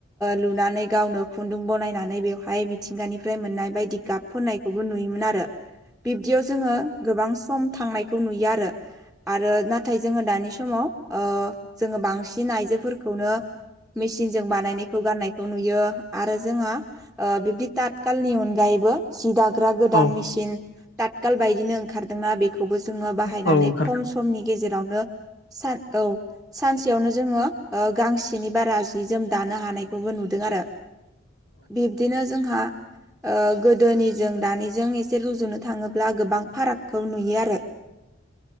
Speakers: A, in the centre; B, on the left.
A: लुनानै गावनो खुन्दुं बनायनानै बेवहाय मिथिंगानिफ्राय मोननाय बायदि गाब फोननायखौबो नुयोमोन आरो। बिब्दियाव जोङो गोबां सम थांनायखौ नुयो आरो आरो ना नाथाय जोङो दानि समाव ओ जोङो बांसिन आइजोफोरखौनो मेसिनजों बानायनायखौ गाननायखौ नुयो आरो जोङहा बिबदि तातखालनि अनगायैबो सि दाग्रा गोदान
B: औ
A: मेसिन तातखाल बायदिनो ओंखारदोंना बेखौबो जोङो बाहायनानै
B: औ ओंखारदों
A: खम समनि गेजेरावनो सार औ सानसेयावनो जोङो ओ गांसेनि बारा जि जोम दानो हानायखौबो नुदों आरो। बिब्दिनो जोंहा ओ गोदोनिजों दानिजों एसे रुजुनो थाङोब्ला गोबां फारागखौ नुयो आरो।